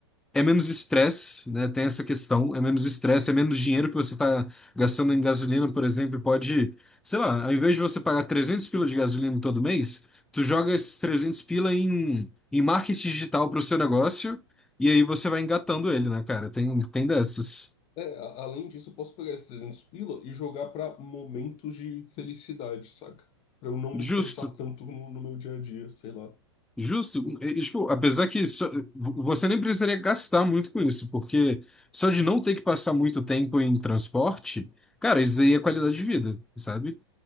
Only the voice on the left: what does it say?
É, a- além disso, eu posso pegar esses 300 pila e jogar pra momentos de felicidade, saca? Pra eu não
me estressar tanto no, no meu dia a dia, sei lá.